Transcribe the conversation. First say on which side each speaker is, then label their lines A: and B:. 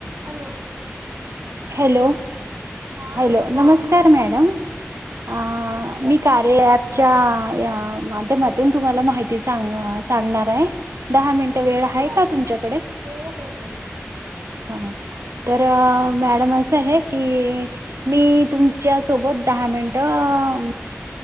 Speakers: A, on the right (about 60°); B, on the right (about 85°).
A: Hello.
B: Hello,
A: हा
B: hello
A: बोला
B: नमस्कार मॅडम
A: नमस्कार
B: आ मी कार्य अपच्या या माध्यमातून तुम्हाला माहिती सांगणार आहे. दहा मिनिट
A: हो
B: वेळ
A: हो
B: आहे का तुमच्याकडे?
A: हो हो बोला
B: हा, तर मॅडम असं आहे की मी तुमच्या सोबत दहा मिनिट आ